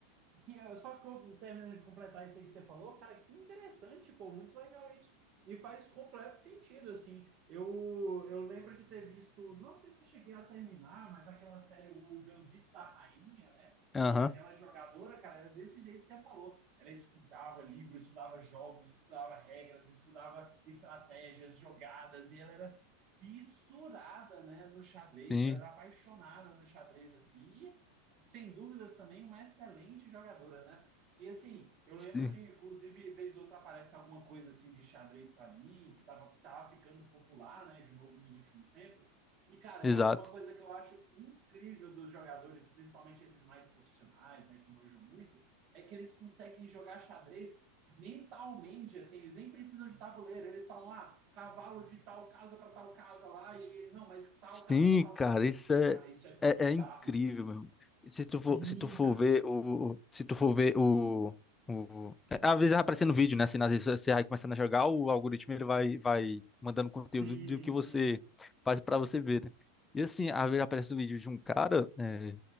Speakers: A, on the right; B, on the left.
A: Que eu só co- terminando de completar isso aí que você falou, cara, que interessante, pô, muito legal isso. E faz completo sentido, assim. Eu, eu lembro de ter visto, não sei se eu cheguei a terminar, mas aquela série, O Gambito da Rainha, né?
B: aham,
A: E aquela jogadora, cara, era desse jeito que você falou. Ela estudava livro, estudava jogos, estudava regras, estudava estratégias, jogadas, e ela era fissurada, né, no xadrez,
B: sim.
A: ela era apaixonada no xadrez, assim. E sem dúvidas também uma excelente jogadora, né? E assim, eu lembro
B: Sim.
A: de, inclusive, vez ou outra aparece alguma coisa assim de xadrez para mim, que tava, tava ficando popular, né, de novo nos últimos tempos. E, cara,
B: Exato.
A: eu, uma coisa que eu acho incrível dos jogadores, principalmente esses mais profissionais, né, que manjam muito, é que eles conseguem jogar xadrez mentalmente, assim, eles nem precisam de tabuleiro, eles falam, ah, cavalo de tal casa para tal casa lá, e ele, não, mas tal
B: Sim,
A: casa para tal
B: cara,
A: casa.
B: isso é,
A: Cara, isso é
B: é,
A: bizarro.
B: é incrível, meu. Se tu
A: Sim,
B: for, se tu for
A: cara.
B: ver o, se tu for ver o, o, é, às vezes vai aparecendo vídeo, né? Assim, às vezes você vai começando a jogar, o algoritmo ele vai, vai mandando conteúdo
A: Sim,
B: do que
A: sim.
B: você faz pra você ver, né? E assim, às vezes aparece um vídeo de um cara, é,